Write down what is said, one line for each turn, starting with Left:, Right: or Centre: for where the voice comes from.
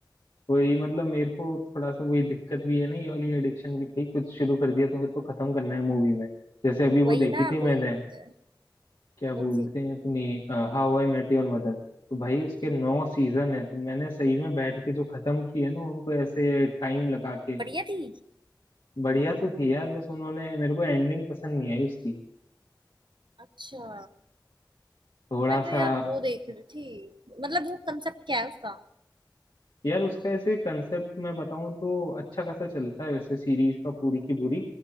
Left: वही मतलब मेरे को थोड़ा सा वही दिक्कत भी है ना ये वाली एडिक्शन की भाई कुछ शुरू कर दिया तो फिर तो खत्म करना है मूवी में जैसे अभी
Right: वही
Left: वो देखी
Right: ना
Left: थी
Right: वही
Left: मैंने
Right: होता है
Left: क्या बोलते
Right: कौन सी
Left: हैं अपनी How I Met Your Mother तो भाई उसके नौ सीजन है तो मैंने सही में बैठ के जो खत्म किए ना उनको ऐसे टाइम लगा के
Right: बढ़िया थी
Left: बढ़िया तो थी यार बस उन्होंने मेरे को एंडिंग पसंद नहीं आई उसकी
Right: अच्छा
Left: थोड़ा
Right: मैं
Left: सा
Right: तो यार वो देख रही थी मतलब वो कंसेप्ट क्या है उसका
Left: यार उसका ऐसे कंसेप्ट मैं बताऊं तो अच्छा खासा चलता है वैसे सीरीज का पूरी की पूरी